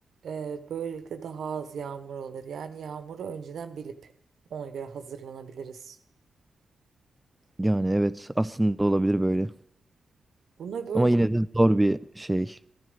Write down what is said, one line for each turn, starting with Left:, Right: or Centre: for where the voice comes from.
Right: Ee, böylelikle daha az yağmur olur. Yani yağmuru önceden bilip ona göre hazırlanabiliriz.
Centre: Yani evet aslında olabilir böyle.
Right: Bunları böyle
Centre: Ama yine de zor bir şey.